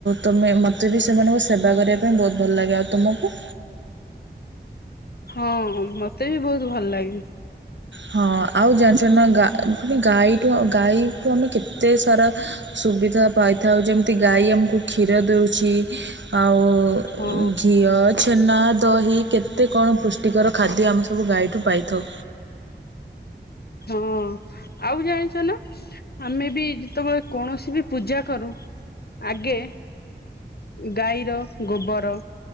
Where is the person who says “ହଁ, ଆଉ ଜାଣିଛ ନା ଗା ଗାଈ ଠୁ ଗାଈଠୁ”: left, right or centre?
Right